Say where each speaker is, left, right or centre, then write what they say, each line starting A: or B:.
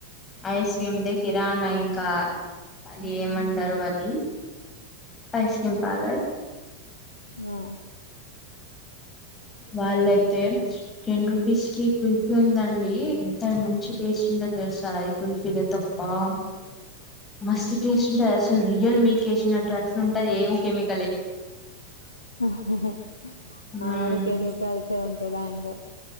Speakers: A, on the left; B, on the left.
A: ఐస్క్రీమ్ది కిరాణా ఇంక అది ఏమంటరు అది ఐస్ క్రీమ్ పార్లర్
B: మో
A: వాళ్ళయితె టెన్ రూపీస్ కి కుల్ఫీ ఉందండి ఎంత మంచి టేస్ట్ ఉంటది తెల్సా అది కుల్ఫీదే తప్ప ఆ మస్త్ టేస్ట్ ఉంటది అసలు రియల్ మిల్క్ ఏసినట్టు అసలు ఉంటది ఏం కెమిక
B: ఆ
A: దాంట్లో
B: ఆరు కెమికల్సే ఉంటయ్ దాంట్లో